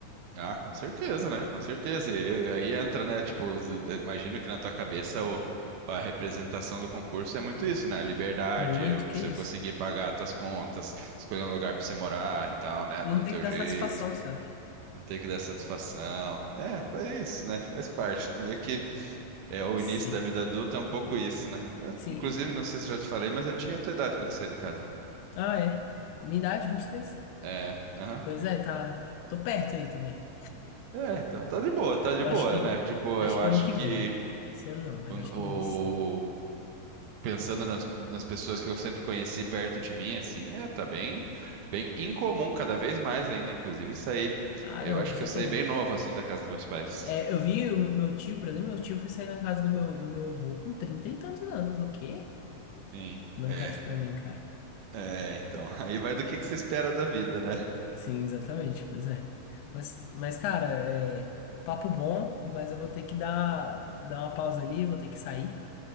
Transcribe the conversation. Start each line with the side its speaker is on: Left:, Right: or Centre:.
Right: Ah, com certeza, né? Com certeza. E, e aí entra, né? Tipo, z- d- imagino que na tua cabeça o, a representação do concurso é muito isso, né? Liberdade,
Left: Muito, que
Right: você
Left: isso.
Right: conseguir pagar as tuas contas, escolher um lugar pra você morar e tal, né?
Left: Não
Right: Do
Left: tem
Right: teu
Left: que dar
Right: jeito,
Left: satisfação, sabe?
Right: não ter que dar satisfação. É, é isso, né? Faz parte. Meio que é o
Left: Sim,
Right: início da vida adulta, é um pouco isso, né? É,
Left: sim.
Right: inclusive, não sei se eu já te falei, mas eu tinha a tua idade quando eu saí de casa.
Left: Ah, é. Minha idade, vinte e três
Right: É, aham.
Left: Pois é, tá, tô perto aí também.
Right: É, tá, tá de boa, tá de
Left: Eu
Right: boa,
Left: acho que,
Right: né? Tipo,
Left: acho
Right: eu
Left: que
Right: acho
Left: ano que
Right: que
Left: vem. Esse ano não, mas acho
Right: o,
Left: que ano que vem sim.
Right: o- pensando nas, nas pessoas que eu sempre conheci perto de mim, assim, é, tá bem, bem incomum, cada vez mais ainda, inclusive, sair.
Left: Ah,
Right: Eu
Left: não,
Right: acho
Left: com certeza.
Right: que eu saí bem novo, assim, da casa dos meus pais.
Left: É, eu vi o meu meu tio, por exemplo, meu tio foi sair na casa do meu, do meu avô com trinta e tantos anos. O quê?
Right: Sim,
Left: Não
Right: é.
Left: quero isso pra mim, cara.
Right: É, então, <laughs> aí vai do que que você espera da vida, né?
Left: Sim, exatamente, pois é. Mas, mas cara, é papo bom, mas eu vou ter que dar, dar uma pausa ali, vou ter que sair.